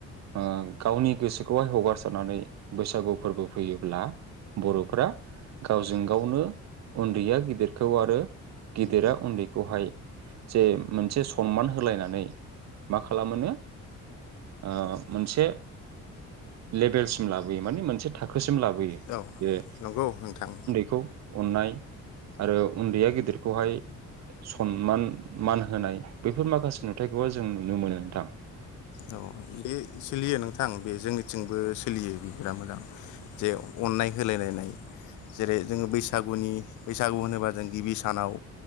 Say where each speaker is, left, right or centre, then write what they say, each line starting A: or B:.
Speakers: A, on the right; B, on the left.
A: ओ गावनि गोसोखौहाय हगारसारनानै बैसागु फोरबो फैयोब्ला बर'फोरा गावजों गावनो उन्दैया गिदिरखौ आरो गिदिरा उन्दैखौहाय जे मोनसे सनमान होलायनानै मा खालामो नो ओ मोनसे लेबेलसिम लाबोयो माने मोनसे थाखोसिम लाबोयो।
B: औ नंगौ नोंथां।
A: खौ अननाय आरो उन्दैया गिदिरखौहाय सनमान मान होनाय बेफोर माखासे नुथायाइखौबो जों नुनो मोनो नोंथां।
B: औ बे सोलियो नोंथां बे जोंनिथिंबो सोलियो बि बिराद मोजां जे अननाय होलायलायनाय जेरै जोङो बैसागुनि बैसागु होनोबा जों गिबि सानाव